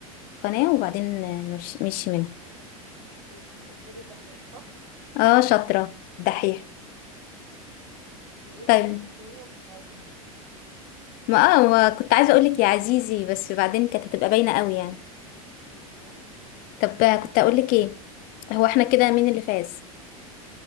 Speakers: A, on the left (about 50°); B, on the right (about 70°).
A: قناة وبعدين مش مش منها
B: اه انت تقصدي الدحيح صح
A: اه شاطرة دحيح
B: الهنت
A: طيب
B: اللي انت اديتيهوني هو ساعدني
A: ما اه ما كنت عايزة اقولك يا عزيزي بس بعدين كانت هتبقى باينة قوي يعني
B: مم، فعلا
A: طب آه، كنت اقولك ايه هو احنا كده مين اللي فاز